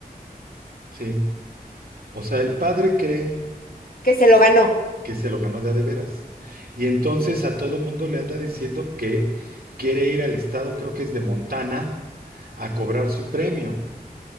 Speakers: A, on the right; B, on the left.
A: sí, o sea, el padre cree
B: que se lo ganó.
A: que se lo ganó de a de veras. Y entonces a todo mundo le anda diciendo que quiere ir al estado, creo que es de Montana, a cobrar su premio.